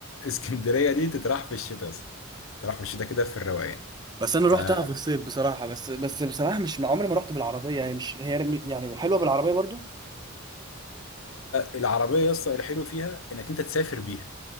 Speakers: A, on the left; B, on the right.
A: اسكندرية دي تتراح في الشتاء اصلا تتراح في الشتاء كده في الروقان
B: بس انا
A: فهي
B: رحتها في الصيف بصراحه بس بس بصراحه مش عمري ما رحت بالعربيه يعني مش هي يعني حلوه بالعربيه برضو
A: العربية يسطا الحلو فيها انك انت تسافر بيها